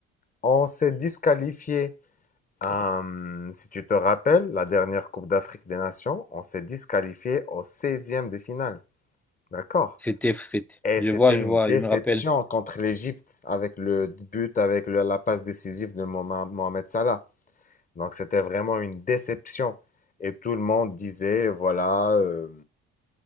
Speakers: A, on the left (about 25°); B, in the centre.
A: On s'est disqualifié. euh, si tu te rappelles, la dernière Coupe d'Afrique des Nations, on s'est disqualifié au seizième de finale. D'accord?
B: C'était, c'était.
A: Et
B: Je
A: c'était
B: vois, je
A: une
B: vois,
A: déception
B: je me rappelle.
A: contre l'Égypte avec le but, avec le- la passe décisive de Moma- Mohamed Salah. Donc c'était vraiment une déception. Et tout le monde disait, voilà, euh,